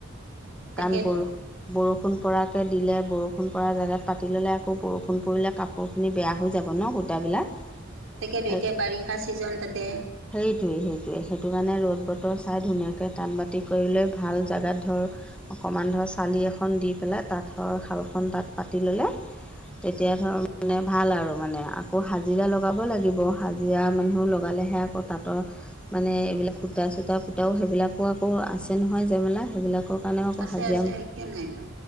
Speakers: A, on the right; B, in the centre.
A: তাকেতো
B: কাণবোৰ। বৰষুণ পৰাকৈ দিলে, বৰষুণ পৰা জেগাত পাতি ল'লে আকৌ বৰষুণ পৰিলে কাপো বখিনি বেয়া হৈ যাব ন সূতাবিলাক।
A: তাকে
B: সেই
A: এতিয়া বাৰিষা ছিজন তাতে।
B: সেইটোৱে সেইটোৱে সেইটো কাৰণে ৰ'দ বতৰ চাই ধুনীয়াকে টান বাতি কৰি লৈ ভাল জেগাত ধৰ অকণমান ধৰ চালি এখন দি পেলাই তাতৰ শালখন তাত পাতি ল'লে তেতিয়া ধৰ মানে ভাল আৰু মানে আকৌ হাজিৰা লগাব লাগিব, হাজিৰা মানুহ লগালেহে আকৌ তাঁতৰ মানে এইবিলাক সূতা চূতা পূতাও সেইবিলাকো আকৌ আছে নহয় জেমেলা সেইবিলাক কাৰণেও আকৌ
A: আছে
B: হাজিৰা,
A: আছে কিয় নাই নো